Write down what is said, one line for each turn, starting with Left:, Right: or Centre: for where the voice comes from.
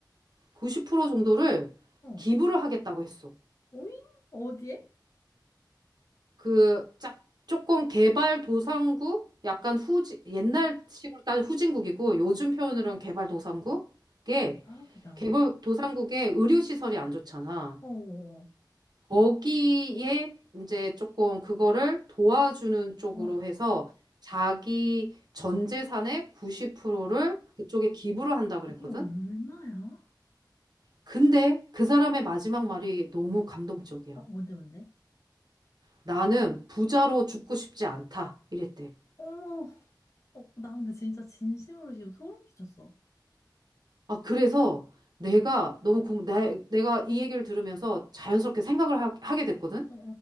Right: 90% 정도를
Left: 어.
Right: 기부를 하겠다고 했어.
Left: 오잉? 어디에?
Right: 그, 짝, 조금 개발도상국? 약간 후진 옛날식으로 따지면 후진국이고, 요즘 표현으로는 개발도상국에,
Left: 대박이다. 어,
Right: 개발도상국에 의료시설이 안 좋잖아.
Left: 어, 어.
Right: 거기에 이제 조금 그거를 도와주는 쪽으로
Left: 와.
Right: 해서 자기 전 재산의 90%를 그쪽에 기부를 한다
Left: 아, 그게
Right: 그랬거든?
Left: 얼마야?
Right: 근데 그 사람의 마지막 말이 너무 감동적이야.
Left: 어, 뭔데, 뭔데?
Right: 나는 부자로 죽고 싶지 않다. 이랬대.
Left: 어머, 어, 나 근데 진짜 진심으로 지금 소름 끼쳤어.
Right: 아, 그래서 내가 너무 궁, 내, 내가 이 얘기를 들으면서 자연스럽게 생각을 하, 하게 됐거든?
Left: 어, 어,